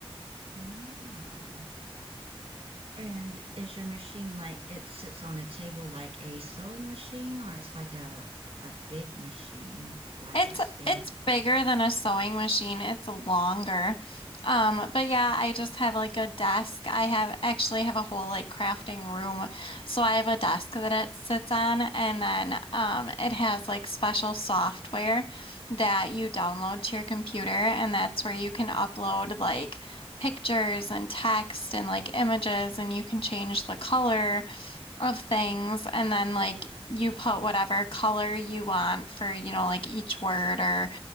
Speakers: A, on the right (about 80°); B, on the left (about 65°).
A: Wow. And is your machine like it sits on a table like a sewing machine or it's like a a big machine, like
B: It's
A: a stand?
B: it's bigger than a sewing machine. It's longer. Um, but yeah, I just have like a desk. I have actually have a whole like crafting room. So I have a desk that it sits on and then um it has like special software that you download to your computer and that's where you can upload like pictures and text and like images and you can change the color of things and then like you put whatever color you want for, you know, like each word or